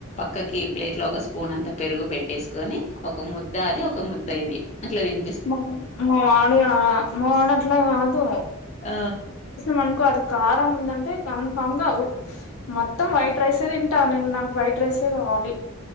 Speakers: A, on the left (about 35°); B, on the left (about 85°).
A: కుక్క కీ ప్లేట్ లో ఒక స్పూన్ అంత పెరుగు పెట్టేసుకొని ఒక ముద్ద అది ఒక ముద్ద ఇది అట్ల తింటా
B: మరి మా మావాడు మావాడు అట్లా కాదు
A: ఆ
B: మనుకో అది కారం ఉందంటే కన్ఫామ్ గా మొత్తం వైట్ రైసే తింటా నేను నాకు వైట్ రైసే కావాలి